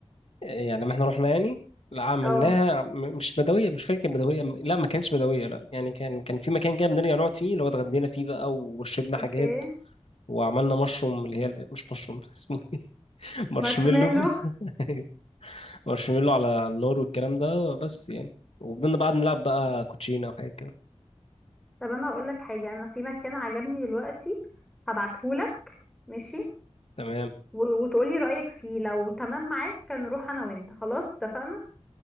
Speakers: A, on the left (about 60°); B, in the centre.
A: يعني ما احنا رحنا يعني لا عملناها
B: اه
A: م- مش بدوية مش فاكر بدوية لا ما كانتش بدوية لا يعني كان كان في مكان كده بنرجع نقعد فيه اللي هو اتغدينا فيه بقى وشربنا
B: اوكي
A: حاجات وعملنا مشروم
B: مم.
A: اللي هي مش مشروم <laughs> اسمه إيه؟ مارشميلو
B: مارشميلو
A: <laughs> مارشميلو على النار والكلام ده بس يعني وفضلنا بعد نلعب بقى كوتشينة وحاجات كده
B: طب انا هقول لك حاجه انا في مكان عجبني دلوقتي هبعتهولك ماشي
A: تمام
B: و- وتقولي رأيك فيه لو تمام معاك نروح انا وانت خلاص اتفقنا